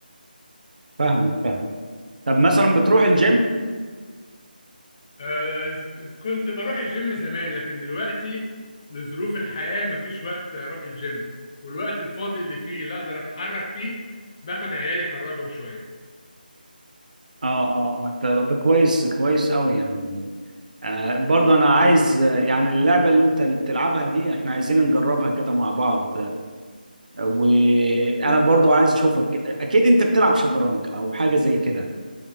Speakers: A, on the right; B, on the left.
A: فاهمك فاهمك طب مثلا بتروح الجيم
B: آه، ز- كنت بروح الجيم زمان لكن دلوقتي لظروف الحياه مفيش وقت اروح الجيم والوقت الفاضي اللي فيه لا اقدر اتحرك فيه باخد عيالي اخرجهم شويه
A: اه اه اه طب كويس كويس قوي يعني آه برضه انا عايز آه، يعني اللعبه اللي انت اللي بتلعبها دي احنا عايزين نجربها كده مع بعض آه، وانا برضه عايز اشوفك اكيد انت بتلعب شطرنج او حاجه زي كده